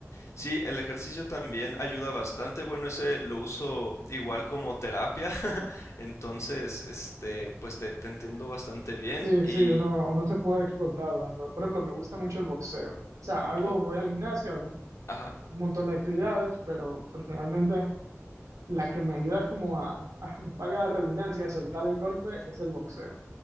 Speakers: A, on the left; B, on the right.
A: Sí, el ejercicio también ayuda bastante. Bueno, ese lo uso igual como terapia. <laughs> Entonces, este, pues te, te entiendo bastante bien
B: Sí,
A: y
B: sí, uno, uno se puede explotar dando. Por ejemplo, me gusta mucho el boxeo. O sea, hago,
A: o-
B: voy al gimnasio, hago un
A: ajá.
B: montón de actividades, pero personalmente la que me ayuda como a, a <laughs> valga la redundancia, a soltar el golpe es el boxeo.